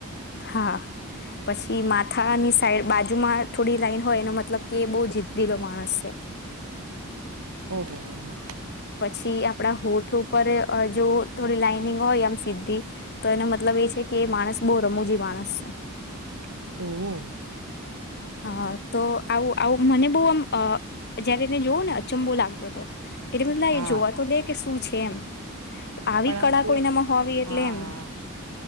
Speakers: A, on the left; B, on the right.
A: હા પછી માથાની સાઈડ બાજુમાં થોડી લાઈન હોય એનો મતલબ કે બહુ જીદીલો માણસ છે.
B: ઓ હો હો હો.
A: પછી આપડા હોઠ ઉપર જો થોડી લાઈનિંગ હોય આમ સીધી તો એનો મતલબ એ છે કે માણસ બહુ રમૂજી માણસ છે.
B: હમ
A: હા તો આવું આવું મને બો આમ જયારેને જોવું ને ચંબુ લાગતો હતો. એટલે <unintelligible>
B: હા
A: એ જોવા તો દે કે શું છ. એમ. તો આવી
B: પણ આમ
A: કળા
B: કોઈ
A: કોઈનામાં હોવી
B: હા
A: એટલે એમ